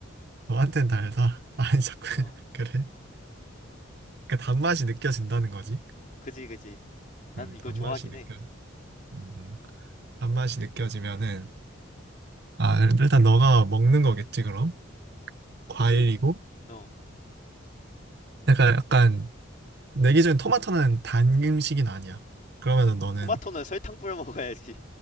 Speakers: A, on the right; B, on the left.
A: 너한텐 달다. 아니, 자꾸, <laughs>
B: 어.
A: 그래. 그러니까 단맛이 느껴진다는 거지.
B: 그지, 그지. 난
A: 음,
B: 이거
A: 단맛이
B: 좋아하긴
A: 느껴져.
B: 해.
A: 음, 단맛이 느껴지면은, 아, 그럼 일단 너가 먹는 거겠지, 그럼? 과일이고?
B: 그지? 어.
A: 약간, 약간, 내 기준 토마토는 단 음식은 아니야. 그러면은 너는,
B: 토마토는 설탕 뿌려 먹어야지.